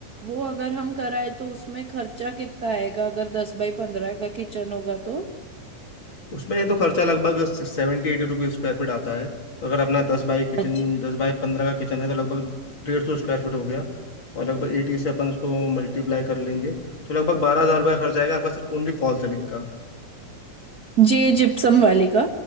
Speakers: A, on the right (about 60°); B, on the left (about 40°).
A: वो अगर हम कराए तो उसमें खर्चा कितना आएगा अगर दस बाई पंद्रह का किचन होगा तो
B: उसमें एक तो खर्चा लगभग seventy eighty rupees square feet आता है तो अगर अपना दस बाई किचन
A: अच्छा
B: दस बाई पंद्रह का किचन है तो लगभग डेढ़ सौ स्क्वायर फीट हो गया और लगभग एटी से अपन उसको मल्टीप्लाई कर लेंगे तो लगभग बारह हजार रुपया खर्च आएगा आपका सिर्फ ओनली फॉल सीलिंग का
A: जी जिप्सम वाली का